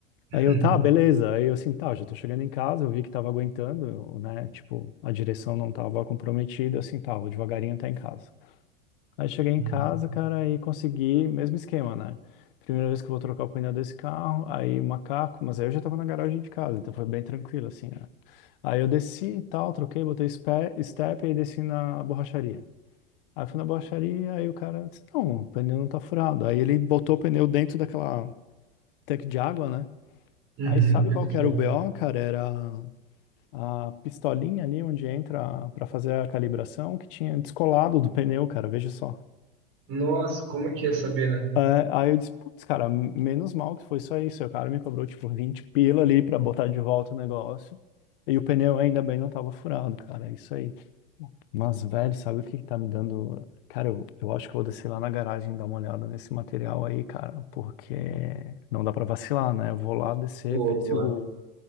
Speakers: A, on the right (about 50°); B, on the left (about 65°).
A: <laughs>
B: Aí eu, tá, beleza. Aí eu assim, tá, já tô chegando em casa, eu vi que tava aguentando, eu, né? Tipo, a direção não tava comprometida, assim, tá, vou devagarinho até em casa. Aí cheguei em
A: Uhum,
B: casa, cara, e consegui, mesmo esquema, né? Primeira vez que eu vou trocar o pneu desse carro, aí o macaco, mas aí eu já tava na garagem de casa, então foi bem tranquilo, assim, né? Aí eu desci e tal, troquei, botei spe- step, e aí desci na borracharia. Aí fui na borracharia, aí o cara disse, não, o pneu não tá furado. Aí ele botou o pneu dentro daquela tanque de água, né?
A: uhum,
B: Aí sabe
A: pra
B: qual
A: identificar
B: que era
A: o-
B: o BO, cara? Era a pistolinha ali onde entra pra fazer a calibração, que tinha descolado do pneu, cara, veja só.
A: Nossa, como é que ia saber, né?
B: É, aí eu disse, putz, cara, menos mal que foi só isso. Aí O cara me cobrou, tipo, 20 pila ali pra botar de volta o negócio. E o pneu ainda bem não tava furado, cara. É isso aí. Mas, velho, sabe o que que tá me dando? Cara, eu, eu acho que eu vou descer lá na garagem e dar uma olhada nesse material aí, cara, porque não dá pra vacilar, né? Eu vou lá descer,
A: Boa,
B: ver
A: boa.
B: se o,